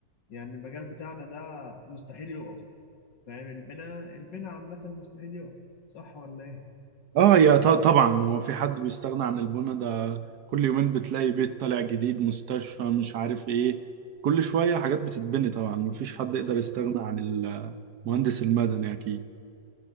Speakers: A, on the left (about 75°); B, on the right (about 65°).
A: يعني المجال بتاعنا ده مستحيل يقف فاهم البناء البناء عامه مستحيل يقف صح ولا ايه
B: اه يا ط- طبعا هو في حد بيستغنى عن البنا ده كل يومين بتلاقي بيت طالع جديد مستشفى مش عارف ايه كل شوية حاجات بتتبني طبعا مفيش حد يقدر يستغنى عن المهندس المدني اكيد.